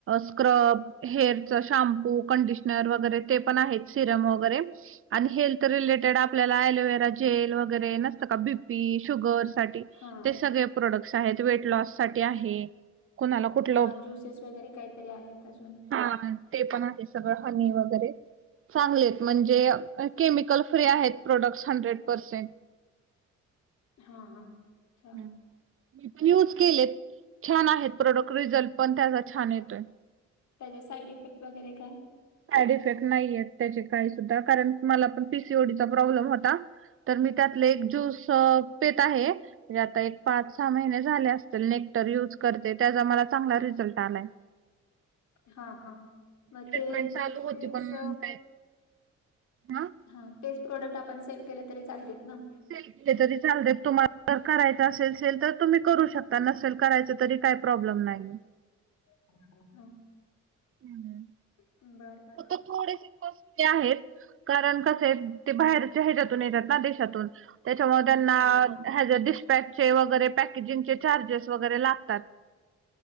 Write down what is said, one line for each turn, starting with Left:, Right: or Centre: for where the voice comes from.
Right: स्क्रब, हेअरच शॅम्पू, कंडिशनर वगैरे ते पण आहेत. सिरम वगैरे. आणि हेल्थ रिलेटेड आपल्याला एलोवेरा जेल वगैरे नसते का? बीपी शुगरसाठी
Left: हा
Right: ते सगळे प्रोडक्ट्स आहेत. वेट लॉस साठी आहे. कुणाला कुठलं,
Left: हा ज्युसेस वगैरे काहीतरी आहेत अजून
Right: हा. ते पण आहे. सगळं हनी वगैरे. चांगलेत. म्हणजे केमिकल फ्री आहेत. Products hundred percent.
Left: हा हा. अच्छा
Right: मी पण युज केलेत. छान आहेत प्रोडक्ट. रिझल्ट पण त्याचा छान येतोय.
Left: त्याचे साईड इफेक्ट वगैरे काय?
Right: साईड इफेक्ट नाहीय त्याचे काही सुद्धा. कारण मला पण पीसीओडीचा प्रॉब्लेम होता. तर मी त्यातले एक ज्यूस पीत आहे. आता एक पाच सहा महिन् झाले असतील नेक्टर युज करतेय. त्या मला चांगला रिझल्ट आलाय.
Left: हा हा मग
Right: ट्रीटमेंट
Left: ते
Right: चालू होती.
Left: तेच
Right: पण म काय आ.
Left: हा तेच प्रोडक्ट आपण सेल केले तरी चालतत ना.
Right: सेल केले तरी चालतात. तुम्हा जर करायचं असेल सेल तर तुम्ही करू शकता. नसेल करायच तरी काही प्रॉब्लेम नाहीय.
Left: <inaudible> ह.
Right: हम्म हम्म.
Left: बरं बरं.
Right: फक्त थोडेसे कसली आहेत. कारण कसेये. ते बाहेरच्या हच्यातून येतात ना. देशातून. त्याच्यामु त्यांना
Left: हा
Right: हज डिशपॅच चे वगैरे. पॅकेजिंगचे चार्जेस वगैरे लागतात.